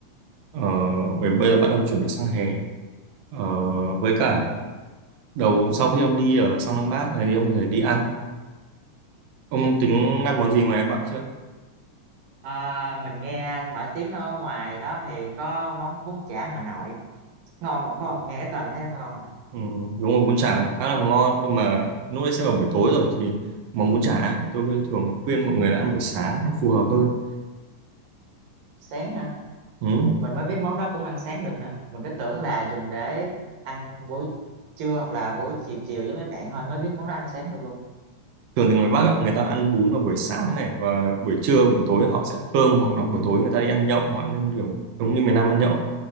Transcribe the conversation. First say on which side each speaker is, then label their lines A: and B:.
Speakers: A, on the right; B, on the right.
A: ờ, bởi bây giờ bắt đầu chuẩn bị sang hè ờ, với cả đầu sau khi ông đi ở sang Lăng Bác này thì ông có thể đi ăn ông tính ăn món gì ngoài Bắc chưa
B: à, mình nghe nổi tiếng ở ngoài đó thì có món bún chả Hà Nội ngon mà có nghe cái tên là thấy nó ngon rồi
A: Ừ, đúng rồi bún chả khá là ngon nhưng mà lúc đấy sẽ vào buổi tối rồi thì món bún chả ấy, tôi thường khuyên mọi người là ăn buổi sáng nó phù hợp hơn
B: sáng hả
A: ừ.
B: cũng mình mới biết món đó cũng ăn sáng được nữa mình cứ tưởng là dùng để ăn buổi trưa hoặc là buổi chiều chiều với mấy bạn thôi mới biết món đó ăn sáng được luôn
A: thường thì người Bắc ấy, người ta ăn bún vào buổi sáng này và buổi trưa buổi tối họ sẽ ăn cơm hoặc là buổi tối người ta đi ăn nhậu hoặc ăn kiểu giống như miền Nam ăn nhậu ấy.